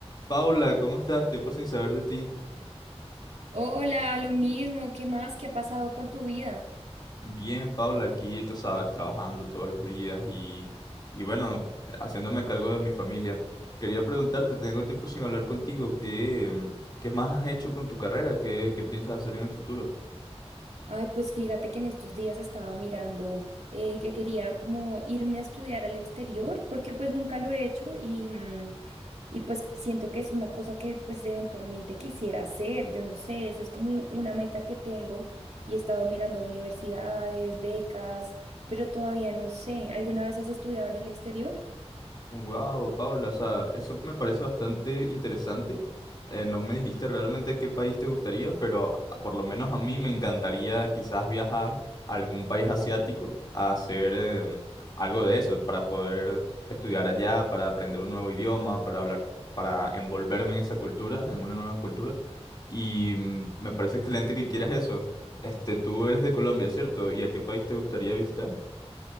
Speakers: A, on the left; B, on the right.
A: Paula, ¿cómo estás? Tiempo sin saber de ti.
B: Hola, lo mismo, ¿qué más? ¿Qué ha pasado con tu vida?
A: Bien, Paula, aquí tú sabes, trabajando todos los días y, y bueno, haciéndome cargo de mi familia. Quería preguntarte, tengo tiempo sin hablar contigo, ¿qué, qué más has hecho con tu carrera? ¿Qué, qué piensas hacer en el futuro?
B: Ay, pues fíjate que en estos días estaba mirando eh, que quería como irme a estudiar al exterior, porque pues nunca lo he hecho y, mm, y pues siento que es una cosa que pues eventualmente quisiera hacer, yo no sé, esa es como un- una meta que tengo y he estado mirando universidades, becas, pero todavía no sé, ¿alguna vez has estudiado en el exterior?
A: Wow, Paula, o sea, eso me parece bastante interesante. Eh, no me dijiste realmente qué país te gustaría, pero a- por lo menos a mí me encantaría quizás viajar a algún país asiático a hacer em, algo de eso, para poder estudiar allá, para aprender un nuevo idioma, para hablar, para envolverme en esa cultura, en una nueva cultura. Y mm, me parece excelente que quieras eso. Este, tú eres de Colombia, ¿cierto? ¿Y a qué país te gustaría visitar?